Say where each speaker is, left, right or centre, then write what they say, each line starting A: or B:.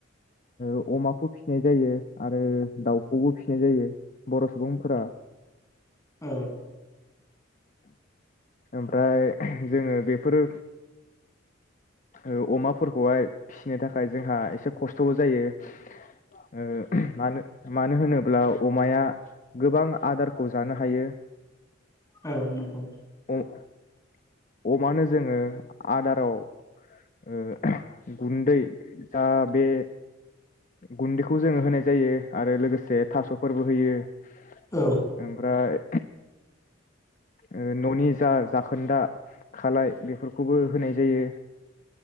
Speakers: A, on the left (about 40°); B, on the left (about 15°).
A: ओ अमाखौ फि सिनाय जायो आरो दाउखौबो फिसिनाय जायो। बर' सुबुंफोरा
B: औ
A: ओमफ्राय जोङो बेफोरो ओ अमाफोरखौहाय फिसिनो थाखाय जोंहा एसे खस्थ'बो जायो ओ मानो मानो होनोब्ला अमाया गोबां आदारखौ जानो हायो।
B: औ नंगौ
A: अ-अमानो जोङो आदाराव ओ गुन्दै दा बे गुन्दैखौ जोङो होनाय जायो आरो लोगोसे थास'फोरबो होयो ।
B: औ
A: ओमफ्राय <inaudible> ओ न'नि जा जाखोन्दा खालाय बेफोरखौबो होनाय जायो